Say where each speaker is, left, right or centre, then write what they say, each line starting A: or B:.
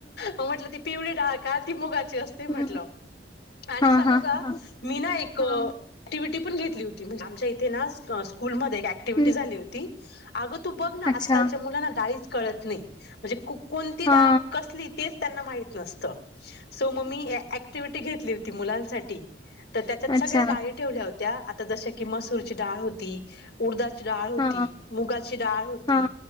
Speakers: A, on the left; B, on the left.
A: मग म्हटलं ती पिवळी डाळ का ती मुगा असते म्हटलं
B: हम्म.
A: आणि
B: हा
A: सांगू
B: हा हा
A: का
B: हा
A: मी ना एक
B: हा
A: ऍक्टिवटी ती पण घेतली होती म्हणजे आमच्या इथे ना स्कूल मध्ये एक अँक्टिव्हिटी
B: हम्म
A: झाली होती. अगं तू बघ ना
B: अच्छा
A: आजकालच्या मुलांना डाळीच कळत नाही म्हणजे को कोणती
B: हा
A: डाळ कसली तेच त्यांना माहित नसत सो म मी अँक्टिव्हिटी घेतली होती मुलांसाठी तर त्याच्यात
B: अच्छा
A: सगळ्या डाळी ठेवल्या होत्या आता जश की मसूरची डाळ होती, उडदाची डाळ होती,
B: हा
A: मुगाची डाळ होती,
B: हा